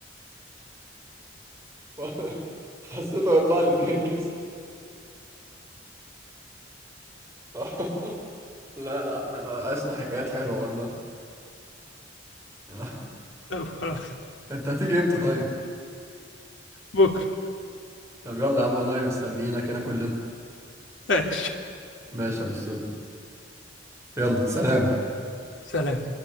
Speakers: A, on the right; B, on the left.
A: وأنا حسيته هيطلع لي تاني يا اسطى. <laughs> لا لا احنا عشنا حكايات حلوة والله <laughs>
B: طب خلاص
A: انت هتيجي امتى طيب
B: بكره
A: طب يلا يا عم والله مستنيينك هنا كلنا
B: ماشي
A: ماشي يا ابو السلم يلا سلام
B: سلام